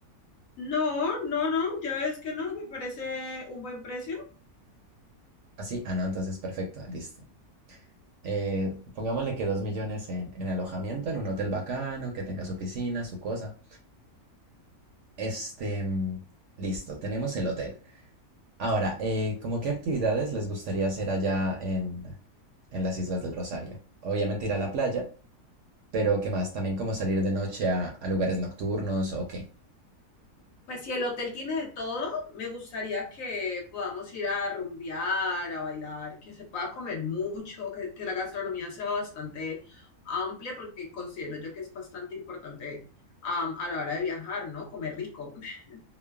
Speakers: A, on the left; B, on the right.
A: No, no, no, ya ves que no, me parece un buen precio.
B: Así, ah, no, entonces perfecto, listo. Eh, pongámosle que dos millones en, en alojamiento, en un hotel bacano, que tenga su piscina, su cosa. Este, mm, listo, tenemos el hotel. Ahora, eh, ¿cómo qué actividades les gustaría hacer allá en, en las Islas del Rosario? Obviamente ir a la playa, pero ¿qué más? También como salir de noche a, a lugares nocturnos o qué.
A: Pues si el hotel tiene de todo, me gustaría que podamos ir a rumbear, a bailar, que se pueda comer mucho, que, que la gastronomía sea bastante amplia, porque considero yo que es bastante importante am, a la hora de viajar, ¿no? Comer rico. <laughs>